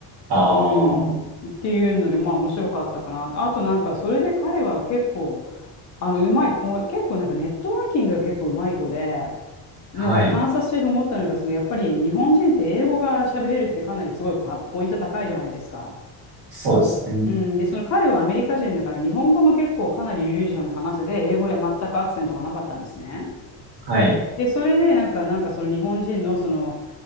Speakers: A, on the right (about 55°); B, on the left (about 40°).
A: ああ、
B: うん、っていうので、まあ面白かったかな。あとなんか、それで彼は結構、あの、うまい子、結構なんかネットワーキングが結構うまい子で、なんか観察してて思ったのが、
A: はい。
B: そのやっぱり日本人って英語が喋れるってかなりすごいパポイント高いじゃないですか。
A: そうですね。
B: うん、で、その彼はアメリカ人だから、日本語も結構かなり流暢に話せて、英語には全くアクセントがなかったんですね。
A: はい。
B: で、それで、なんか、なんかその日本人の、その、